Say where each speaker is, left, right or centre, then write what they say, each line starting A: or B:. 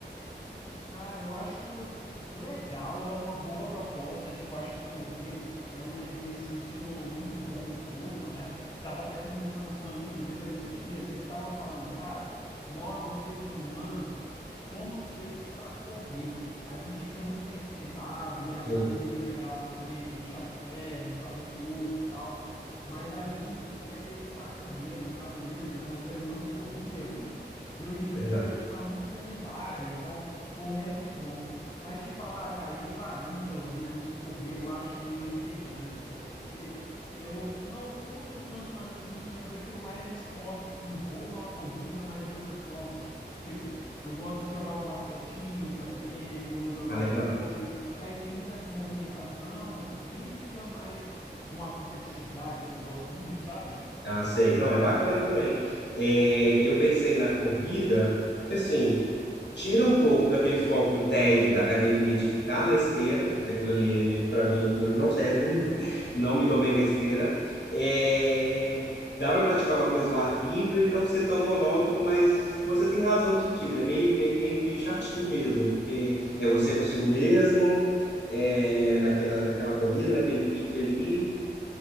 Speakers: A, on the left; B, on the left.
A: Cara, eu acho legal, é uma boa proposta. Tipo, acho que correr é um exercício muito bom para o corpo, né? Tava até conversando com um amigo meu esses dias, ele tava falando, cara, nós, os seres humanos, somos feitos para correr. A gente fica muito tempo sentado, e a academia
B: Sim,
A: é legal também, puxar um ferro e fazer força e tal. Mas a gente é feito para correr na natureza, né? O ser humano corria muito. E hoje em
B: verdade.
A: dia a gente está muito sedentário, então Correr é muito bom. Mas te falar, cara, que para mim, pelo menos, correr eu acho meio entediante, você acredita? Eu não curto tanto assim, eu prefiro mais esportes que envolvam a corrida, mas de outras formas. Tipo, eu gosto de jogar um basquetinho, por exemplo, ou jogar
B: Ah,
A: um
B: legal.
A: vôlei, que aí tem muito essa movimentação física, mas com a competitividade que eu gosto muito, sabe?
B: Ah, sei. Não, é bacana também. É, eu pensei na corrida, porque assim, tira um pouco daquele foco do tédio da academia de ficar na esteira, porque aquilo ali, para mim, aquilo ali não serve, <laughs> não me dou bem com a esteira. É, dá para praticar uma coisa ao ar livre, não ser tão monótono, mas você tem razão no sentido, é meio, meio, meio, meio chatinho mesmo, porque é você consigo mesmo, é, naquela, naquela corrida, naquele pique ali.